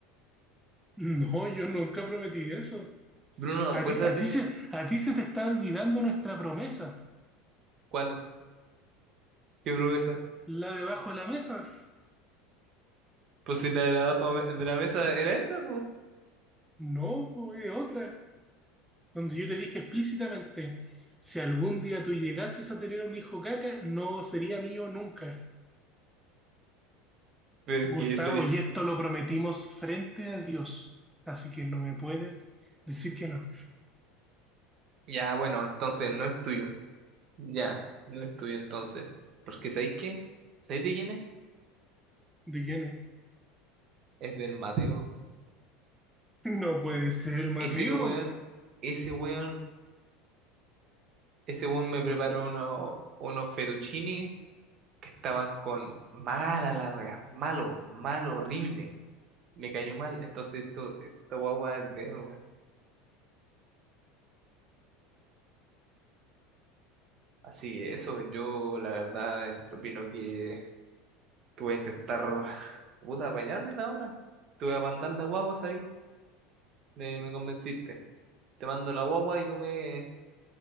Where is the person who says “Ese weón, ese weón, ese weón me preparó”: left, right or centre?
Right